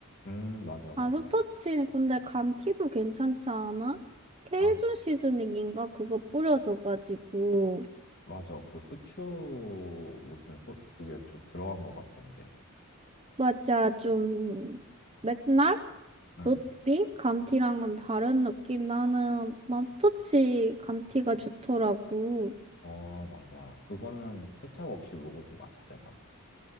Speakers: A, on the left; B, on the right.
A: 음, 맞아, 맞아.
B: 아, 스타친, 근데 감튀도 괜찮지 않아? 케이준
A: 아,
B: 시즈닝인가? 그거 뿌려져가지고.
A: 맞아. 그 후추, 무슨, 소, 그게 좀 들어간 것 같던데.
B: 맞아, 좀, 맥날?
A: 응.
B: 롯비? 감튀랑은 다른 느낌. 나는 맘스터치 감튀가 좋더라고.
A: 어, 맞아. 그거는 케찹 없이 먹어도 맛있잖아.